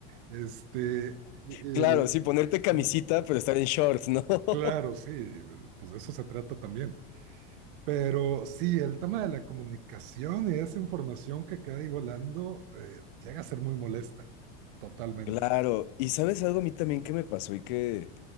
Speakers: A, on the right (about 65°); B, on the left (about 45°).
A: este, y-
B: Claro, sí, ponerte camisita,
A: ah,
B: pero estar en shorts, ¿no? <laughs>
A: claro, sí, pues de eso se trata también. Pero sí, el tema de la comunicación y esa información que queda ahí volando, eh, llega a ser muy molesta, totalmente.
B: Claro, y sabes algo a mí también que me pasó y que,